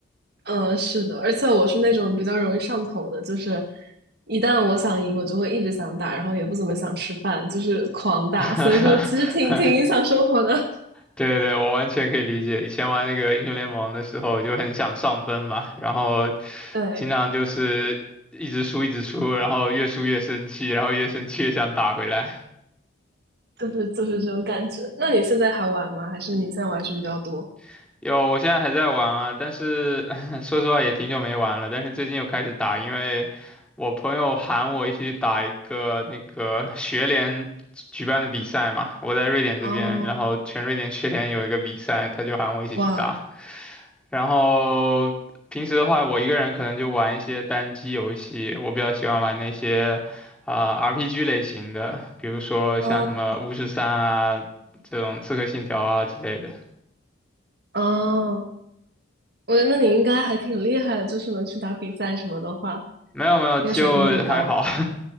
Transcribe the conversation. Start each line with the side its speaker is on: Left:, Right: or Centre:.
Right: 嗯，是的，而且我是那种比较容易上头的，就是一旦我想赢，我就会一直想打，然后也不怎么想吃饭，就是狂打，
Centre: <laughs>
Right: 所以说其实挺挺影响生活的，
Centre: 对对，我完全可以理解。以前玩那个英雄联盟的时候，就很想上分嘛，然后
Right: <laughs> 对。
Centre: 经常就是一直输一直输，然后越输越生气，然后越生气越想打回来。
Right: 就是就是这种感觉。那你现在还玩吗？还是你现在玩什么比较多？
Centre: <laughs> 有，我现在还在玩啊，但是 <laughs> 说实话也挺久没玩了，但是最近又开始打，因为我朋友喊我一起打一个那个学联举办的比赛嘛，我在瑞典这边，
Right: 啊，
Centre: 然后全瑞典学联有一个比赛，他就喊我一起去打。
Right: 哇，
Centre: 然后平时的话，我一个人可能就玩一些单机游戏，我比较喜欢玩那些啊、RPG 类型的，比如说像什么巫师三啊这种刺客信条啊之类的。
Right: 啊啊，我觉得那你应该还挺厉害的，就是能去打比赛什么的话，
Centre: 没有没有，
Right: 应该水平挺高的。
Centre: 就还好。